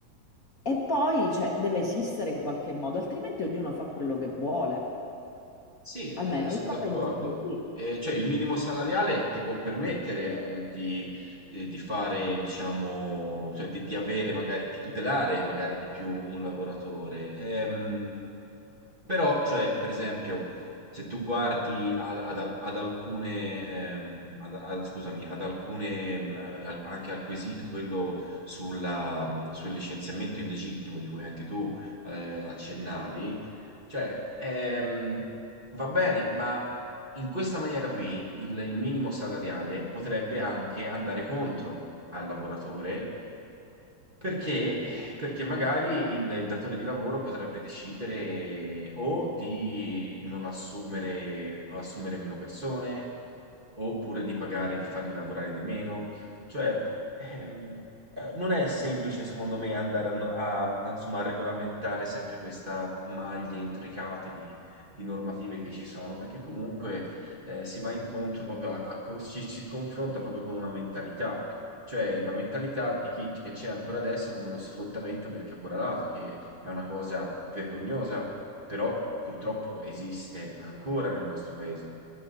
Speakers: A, on the left; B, on the right.
A: e poi cioè, deve esistere in qualche modo, altrimenti ognuno fa quello che vuole.
B: Sì, eh,
A: Almeno
B: sono
A: io la
B: d'accordo.
A: penso così.
B: Eh, cioè, il minimo salariale ti può permettere eh, di, eh, di fare, diciamo, cioè, di, di avere magari, di tutelare magari di più un lavoratore. Ehm, però, cioè, per esempio, se tu guardi ad, ad al- ad alcune, ehm, ad- ad- scusami, ad alcune, mh, al- anche al quesito quello sulla, mh, sul licenziamento illegittimo di cui anche tu eh, accennavi, cioè, ehm, Va bene, ma in questa maniera qui il, il minimo salariale potrebbe anche andare contro al lavoratore perché? Perché magari il, il datore di lavoro potrebbe decidere o di non assumere, assumere meno persone, oppure di pagare, di farli lavorare di meno. Cioè, ehm, eh, non è semplice, secondo me, andare a, no- a- a, insomma, a regolamentare sempre questa maglia intricata di, di normative che ci sono, perché comunque eh, si va incontro proprio a, a con- ci ci si confronta proprio con una mentalità cioè la mentalità di chi che c'è ancora adesso come lo sfruttamento del caporalato, che è una cosa vergognosa, però purtroppo esiste ancora nel nostro paese.